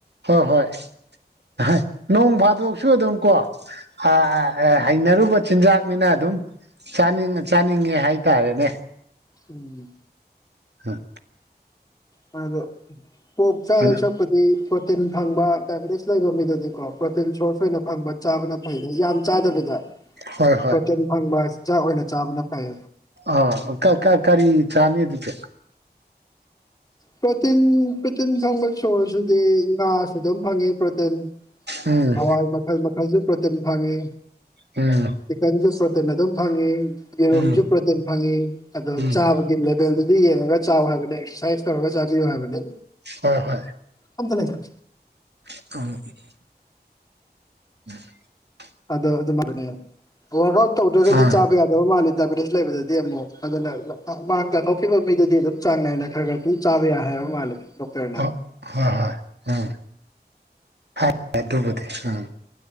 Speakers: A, on the right; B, on the left.
A: ꯍꯣꯏ ꯍꯣꯏ ꯅꯣꯡ ꯐꯥꯗꯣꯛꯁꯨ ꯑꯗꯨꯝ ꯀꯣ ꯑꯥ ꯍꯩꯅꯔꯨꯕ ꯆꯤꯟꯖꯥꯛꯅꯤꯅ ꯑꯗꯨꯝ ꯆꯥꯅꯤꯡ ꯆꯥꯅꯤꯡꯉꯦ ꯍꯥꯏꯇꯥꯔꯦꯅꯦ
B: ꯎꯝ
A: ꯎꯝ
B: ꯃꯗꯣ ꯄꯣꯛ ꯆꯥꯗꯣꯏ
A: ꯑꯗ
B: ꯁꯔꯨꯛ ꯍꯥꯏꯕꯗꯤ ꯄ꯭ꯔꯣꯇꯤꯟ ꯐꯪꯕ ꯗꯥꯏꯕꯦꯇꯤꯁ ꯂꯩꯕ ꯃꯤꯗꯗꯤꯀꯣ ꯄ꯭ꯔꯣꯇꯤꯟ ꯁꯣꯔꯁ ꯑꯣꯏꯅ ꯐꯪꯕ ꯆꯥꯕꯅ ꯐꯩꯗ ꯌꯥꯝ ꯆꯥꯗꯕꯤꯗ
A: ꯍꯣꯏ ꯍꯣꯏ
B: ꯄ꯭ꯔꯣꯇꯤꯟ ꯐꯪꯕ ꯆꯥꯛ ꯑꯣꯏꯅ ꯆꯥꯕꯅ ꯐꯩ
A: ꯑ ꯀꯥ ꯀꯥ ꯀꯔꯤ ꯆꯥꯅꯤ ꯑꯗꯨꯗꯤ
B: ꯄ꯭ꯔꯣꯇꯤꯟ ꯄ꯭ꯔꯣꯇꯤꯟ ꯐꯪꯕ ꯁꯣꯔꯁꯤꯗꯤ ꯉꯥꯁꯨ ꯑꯗꯨꯝ ꯐꯪꯉꯤ ꯄ꯭ꯔꯣꯇꯤꯟ
A: ꯎꯝ
B: ꯑꯋꯥꯏ ꯃꯈꯜ ꯃꯈꯜꯁꯨ ꯄ꯭ꯔꯣꯇꯤꯟ ꯐꯪꯉꯤ
A: ꯎꯝ
B: ꯆꯤꯀꯟꯁꯨ ꯄ꯭ꯔꯣꯇꯤꯟ ꯑꯗꯨꯝ ꯐꯪꯉꯤ ꯌꯦꯔꯨꯝꯁꯨ
A: ꯎꯝ
B: ꯄ꯭ꯔꯣꯇꯤꯟ ꯐꯪꯉꯤ ꯑꯗꯣ
A: ꯎꯝ
B: ꯆꯥꯕꯒꯤ ꯂꯦꯚꯦꯜꯗꯨꯗꯤ ꯌꯦꯡꯉꯒ ꯆꯥꯎ ꯍꯥꯏꯕꯅꯦ ꯑꯦꯛꯁꯔꯁꯥꯏꯁ ꯇꯧꯔꯒ ꯆꯥꯕꯤꯌꯨ ꯍꯥꯏꯕꯅꯦ
A: ꯍꯣꯏ ꯍꯣꯏ
B: ꯑꯃꯇꯥ ꯂꯩꯇ꯭ꯔꯦ
A: <unintelligible> <unintelligible>
B: ꯑꯗꯣ ꯑꯗꯨꯃꯅꯦ ꯋꯥꯛ ꯑꯥꯎꯠ ꯇꯧꯗ꯭ꯔꯒꯗꯤ
A: ꯑꯥ
B: ꯆꯥꯕ ꯌꯥꯗꯕ ꯃꯥꯜꯂꯦ ꯄꯥꯏꯕꯦꯇꯤꯁ ꯂꯩꯕꯗꯗꯤ ꯑꯃꯨꯛ ꯑꯗꯨꯅ ꯍꯨꯃꯥꯥꯡ ꯇꯥꯊꯣꯛꯈꯤꯕ ꯃꯤꯗꯨꯗꯤ ꯑꯗꯨꯝ ꯆꯥꯡ ꯅꯥꯏꯅ ꯈꯔ ꯈꯔ ꯑꯗꯨꯝ ꯆꯥꯕ ꯌꯥꯏ ꯍꯥꯏꯕ ꯃꯥꯜꯂꯤ ꯗꯣꯛꯇꯔꯅ
A: ꯍꯣꯏ ꯍꯣꯏ ꯍꯣꯏ ꯎꯝ ꯐ ꯑꯗꯨꯕꯨꯗꯤ ꯎꯝ